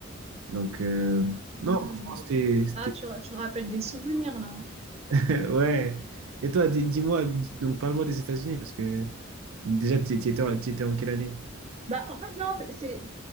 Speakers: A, on the right; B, on the right.
A: Donc, euh,
B: Hmm.
A: non, franchement, c'était. c'était-
B: Ah, tu, ra- tu rappelles des souvenirs là. hein.
A: <laughs> Ouais. Et toi, di- dis-moi, di- donc parle-moi des États-Unis, parce que déjà, tu tu étais, en- tu étais en quelle année?
B: Bah, en fait, non, c'est c'est-